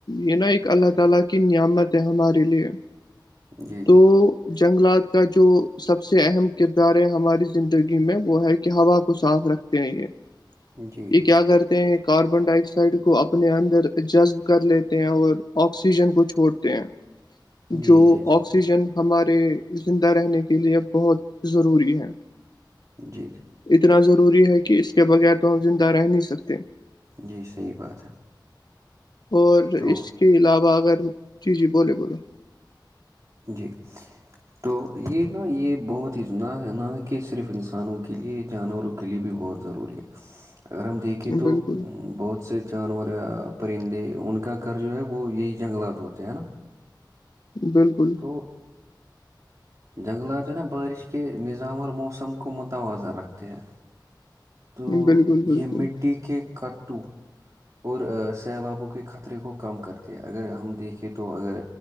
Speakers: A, on the left; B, on the right.
A: یہ نا ایک اللہ تعالی کی نعمت ہے ہمارے لیے
B: جی جی
A: تو جنگلات کا جو سب سے اہم کردار ہے ہماری زندگی میں وہ ہے کہ ہوا کو صاف رکھ ہیں یہ
B: جی
A: یہ کیا کرتے ہیں کاربن ڈائی آکسائڈ کو اپنے اندر جذب کر لیتے ہیں اور آکسیجن کو چھوڑتے ہیں
B: جی
A: جو
B: جی جی
A: آکسیجن ہمارے زندہ رہنے کے لیے بہت ضروری ہے
B: جی جی
A: اتنا ضروری ہے کہ اس کے بغیر تو ہم زندہ رہ نہیں سکتے
B: جی صحیح بات ہے
A: اور
B: تو
A: اس کے علاوہ اگر چیزیں بولے بولو
B: جی تو یہ نہا یہ بہت ہی چندنا ہے نا کہ صرف انسانوں کے لیے جانوروں کے لیے بھی بہت ضروری ہے اگر ہم دیکھیں
A: بالکل
B: تو بہت سے جانور یا پرندے ان کا گھر جو ہے وہ یہی جنگلات ہوتے ہیں نا
A: بالکل <unintelligible>
B: وہ <inaudible> جنگلات جو نا بارش کے نظام اور موسم کو متوازن رکھتے ہیں تو
A: بالکل بالکل
B: یہ مٹی کے کتو اور سیلابوں کے خطرے کو کم کرتے اگر ہم دیکھیں کہ تو اگر